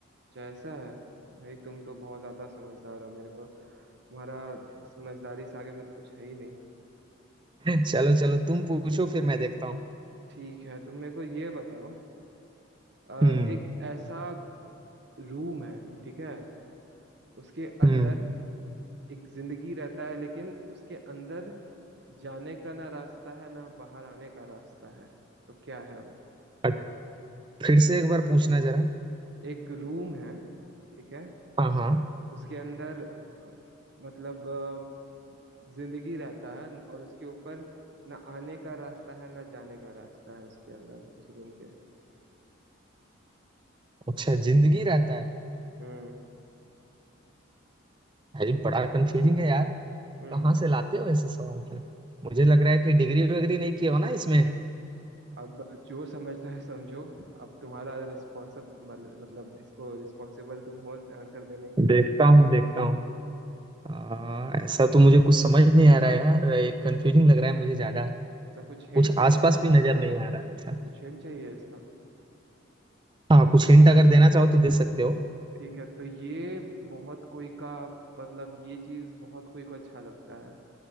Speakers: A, on the right; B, on the right.
A: अच्छा ऐसा है भाई तुम तो बहुत ज्यादा समझदार हो मेरे को तुम्हारा समझदारी से आगे में तो कुछ है ही नहीं
B: <laughs> चलो चलो तुम पूछो फिर मैं देखता हूँ
A: ठीक है तुम मेरे को ये बताओ अ,
B: हम्म
A: एक ऐसा रूम है ठीक है उसके अंदर
B: हम्म
A: एक जिंदगी रहता है लेकिन उसके अंदर जाने का ना रास्ता है ना बाहर आने का रास्ता है तो क्या है वो
B: अ- फिर से एक बार पूछना जरा
A: एक रूम है ठीक है
B: हाँ हाँ
A: उसके अंदर मतलब अ, जिंदगी रहता है और उसके ऊपर ना आने का रास्ता है ना जाने का रास्ता है उसके अंदर उस रूम के
B: अच्छा जिंदगी रहता है
A: हम्म
B: भाई बड़ा कंफ्यूजिंग है यार
A: हम्म
B: कहाँ से लाते हो ऐसे सवाल फिर मुझे लग रहा है कि डिग्री वगैरह नहीं किया हो ना इसमें
A: अब जो समझना है समझो अब तुम्हारा रिस्पॉन्सिब मतलब इसको रिस्पॉन्सिबल तुम हो आंसर देने के लिए
B: देखता हूँ देखता हूँ आ, ऐसा तो मुझे कुछ समझ नहीं आ रहा है यार ये कंफ्यूजिंग लग रहा है मुझे ज्यादा
A: अच्छा कुछ हिंट
B: कुछ
A: चाहिए
B: आसपास भी नजर नहीं आ रहा है ऐसा
A: कुछ हिंट चाहिए इसका
B: हाँ कुछ हिंट अगर देना चाहो तो दे सकते हो
A: ठीक है तो ये बहुत कोई का मतलब ये चीज बहुत कोई को अच्छा लगता है